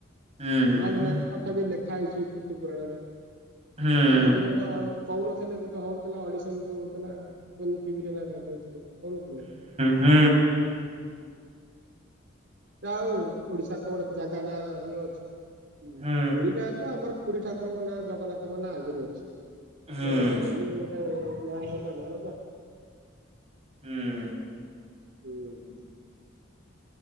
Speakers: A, on the right (about 35°); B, on the right (about 65°).
A: ହୁଁ
B: ମହାବିନାୟକ କଥା ବି ଲେଖା ହେଇଛି ପୃଥୀ ପୁରାଣ ରେ।
A: ହୁଁ।
B: <unintelligible> କହୁନଥିଲେ ଗୋଟେ ହଉଥିଲା ଅଡିସନ ଯୋଉଁ ହଉଥିଲା। <unintelligible> ଟିଭିରେ ନା କଣ କହୁଥିଲେ କହୁନଥିଲେ?
A: ହୁଁ ହୁଁ ହୁଁ ହୁଁ
B: ଯା ଆଉ ଓଡିଶାର ତ ଗୋଟେ ଜାଗା ନା ଇଏ ଅଛି। ହଁ
A: ହୁଁ
B: ପୁରୀ ନାଁ ତ ଆମର ପୁରୀ ଠାକୁରଙ୍କ ନାଁ ଜଗନ୍ନାଥଙ୍କ ନାଁ ଆଗରୁ ଅଛି।
A: ହୁଁ ହୁଁ
B: ଆଉ ଚଢିକି ଗୋଟେ <unintelligible> ହେଇଲା ଭଲ ନା।
A: ହୁଁ।
B: ହୁଁ।